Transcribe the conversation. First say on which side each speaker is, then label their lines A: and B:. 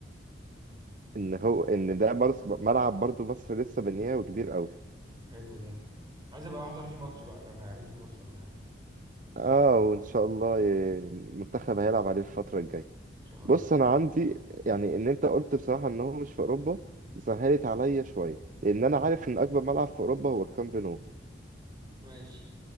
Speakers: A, on the right (about 45°); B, on the right (about 25°).
A: إن هو إن ده برص ملعب برضو مصر لسه بنياه وكبير أوي
B: حلو ده عايز ابقى احضر فيه ماتش بقى لو هيعملوا فيه ماتش ولا حاجه ان
A: آه وإن شاء الله ي- المنتخب هيلعب عليه الفترة الجاية
B: شاء الله
A: بص أنا عندي يعني إن أنت قلت بصراحة إن هو مش في أوروبا سهلت عليا شوية لأن أنا
B: حلو
A: عارف إن أكبر ملعب في أوروبا هو الكامب نو
B: ماشي